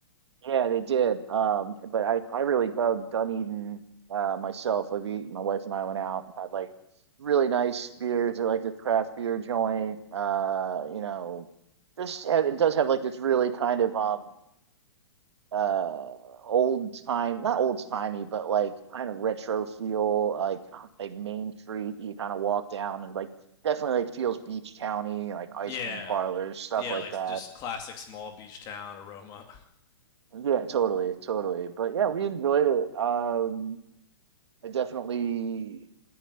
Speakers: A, on the right; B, on the left.
A: yeah. They did. Um, but I, I really dug Dunedin uh, myself. Like we, my wife and I went out and had like really nice beers at like this craft beer joint. Uh, you know, this and it does have like this really kind of um uh old time, not old timey, but like kind of retro feel. Like like Main Street, you kind of walk down and like definitely like feels beach county, like ice
B: Yeah,
A: cream parlors, stuff
B: yeah,
A: like
B: like
A: that
B: just classic small beach town aroma.
A: Yeah, totally, totally. But yeah, we enjoyed it. Um, I definitely,